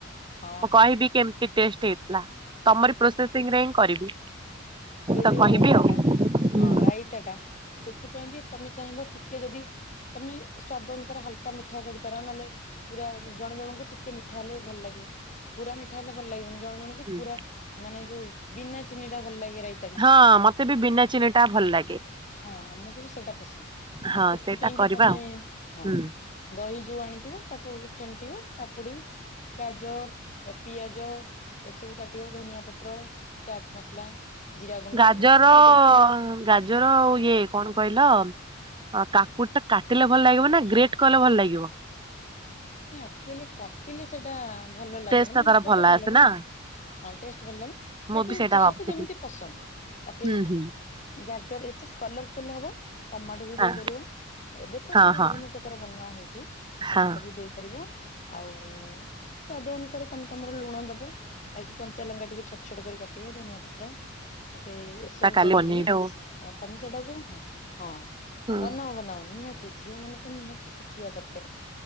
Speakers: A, on the left; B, on the right.
A: ହଁ
B: ମୁଁ
A: ହଁ
B: କହିବି କେମତି ଟଷ୍ଟ ହେଇଥିଲା ତମର ପ୍ରୋସେସ ସିଙ୍ଗରେ ହିଁ କରିବି।
A: ସେଇ
B: ତ
A: ଯୋଉ
B: କହିବି
A: ରାଇତା
B: ଆଉ
A: ଟା
B: ହୁଁ
A: ହଁ ରାଇତା ଟା ସେଥିପାଇଁ ବି ତମେ ଚାହିଁବ ଟିକେ ଯଦି ତମେ ସ୍ଵାଦ ଅନୁସାରେ ହାଲ ମିଠା କରିପାର ନହେଲେ ପୁରା ଜଣେ ଜଣଙ୍କୁ ଟିକେ ମିଠା ହେଲେ ଭଲ ଲାଗେ। ପୁରା ମିଠା ହେଲେ ଭଲ ଲାଗିବନି ଜଣ ଜଣଙ୍କୁ
B: ହୁଁ
A: ପୁରା ମାନେ ଯୋଉ ବିନା ଚିନି ଟା ଭଲ ଲାଗେ ରାଇ
B: ହଁ ମତେ ବି ବିନା ଚିନି ଟା ଭଲ ଲାଗେ
A: ହଁ ଆମକୁ ବି ସେଇଟା ପସନ୍ଦ।
B: ହଁ
A: ଆଉ ସେଥିପାଇଁ
B: ସେଇଟା
A: କି
B: କରିବା
A: ତମେ
B: ଆଉ
A: ହଁ।
B: ହୁଁ।
A: ଦହି ଯୋଉ ଆଣିଥିବ ତାକୁ ଫେଣ୍ଟିବ କାକୁଡି ଗାଜର, ପିଆଜ ଏସବୁ କାଟିବ ଧନିଆ ପତ୍ର, ଚାଟ ମସଲା। ଜିରା ଗୁଣ୍ଡ
B: ଗାଜର
A: ଏ ଯୋଉ ଭଜା
B: ଗାଜର ଆଉ ଇଏ କଣ କହିଲ ଅ କାକୁଡିଟା କାଟିଲେ ଭଲ ଲାଗିବ ନା ଗ୍ରେଟ୍ କଲେ ଭଲ ଲାଗିବ?
A: ନାଇଁ ଆକ୍ଚୁଆଲି କାଟିଲେ ସେଟା ଭଲ ଲାଗେ।
B: ଟେଷ୍ଟ
A: ମାନେ
B: ଟା
A: ମୋତେ
B: ତାର
A: ତ ଭଲ
B: ଆସେ
A: ଲାଗେ
B: ନା
A: ହଁ ହଁ ଟେଷ୍ଟ ଭଲ ଲାଗେ
B: ମୁଁ
A: ବାକି
B: ବି ସେଇଟା
A: ଯାହାକୁ
B: ଭାବୁଥିଲି।
A: ଯେମତି ପସନ୍ଦ। ତାପରେ
B: ହୁଁ ହୁଁ
A: ଗାଜର ଏସବୁ କଲରଫୁଲ ହବ ଟମାଟୋ ବି
B: ହଁ
A: ଦେଇପାରିବ। ଏବେ ତ
B: ହଁ
A: ସବୁ
B: ହଁ
A: ବିଭିନ୍ନ ପ୍ରକାର ବନା ହଉଛି ଟମାଟୋ
B: ହଁ
A: ବି ଦେଇପାରିବ ଆଉ ସ୍ଵାଦ ଅନୁସାରେ ତମେ ତମର ଲୁଣ ଦବ। ବାକି କଞ୍ଚା ଲଙ୍କା ଟିକେ ଛୋଟ ଛୋଟ କରି କାଟିବ ଧନିଆ ପତ୍ର ତାପରେ ଏସବୁ
B: ତା କାଲି
A: କରିକି
B: ବନେଇବି ଆଉ
A: ତମେ ସେଟାକୁ ହଁ ହଁ
B: ହୁଁ।
A: ବନାଅ ବନାଅ ନିହାତି। ଝିଅ ମାନେ ତ ନିହାତି ଶିଖିବା ଦରକାର।